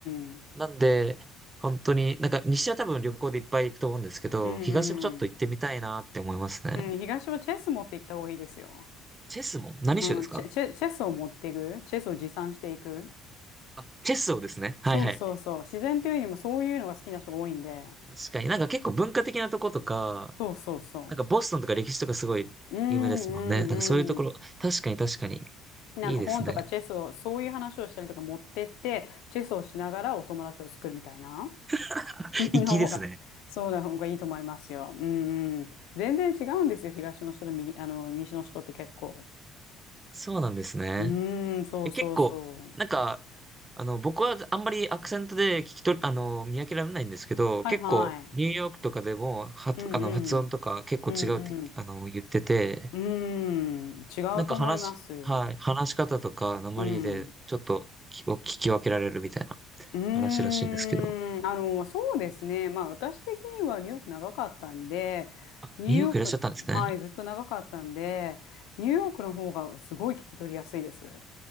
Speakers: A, on the left; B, on the right.
A: うん。
B: なんで、本当に、なんか西は多分旅行でいっぱい行くと思うんですけど、
A: うんうん。
B: 東もちょっと行ってみたいなって思いますね。
A: うん、東はチェス持って行った方がいいですよ。
B: チェスも何州ですか
A: うん、チェ、チェ、チェスを持っていく。チェスを持参していく。
B: あ、チェスをですね。はいはい。
A: そうそうそう。自然というよりもそういうのが好きな人が多いんで。
B: 確かになんか結構文化的なとことか、
A: そうそうそ
B: なんかボストンとか歴史とかすごい有名ですもんね。
A: う。うんうんうん。
B: なんかそういうところ、確かに確かに。
A: なんか本とかチェスを、
B: いいですね。
A: そういう話をしたりとか持ってって、チェスをしながらお友達を作るみたいな
B: <laughs>
A: <laughs> の方が、
B: 粋ですね。
A: そうな方がいいと思いますよ。うんうん。全然違うんですよ。東の人と右、あの、西の人って結構。
B: そうなんですね。
A: うん、そうそうそう。
B: え、結構、なんか、あの、僕はあんまりアクセントで聞き取り、あの、見分けられないんですけど、
A: はいはい。
B: 結構、ニューヨークとかでも、発、
A: うんうん。
B: あの、発音とか結構違うって、
A: うんうん。
B: あの、言ってて、
A: うーん、違うと思います。
B: なんか話し、はい、話し方とか、訛りで、
A: うん。
B: ちょっとき、を聞き分けられるみたいな
A: うーん、
B: 話らしいんですけど、
A: あの、そうですね。まあ、私的にはニューヨーク長かったんで、
B: あ、
A: ニューヨーク、
B: ニューヨークいらっしゃったんですね。
A: はい、ずっと長かったんで、ニューヨークの方がすごい聞き取りやすいです。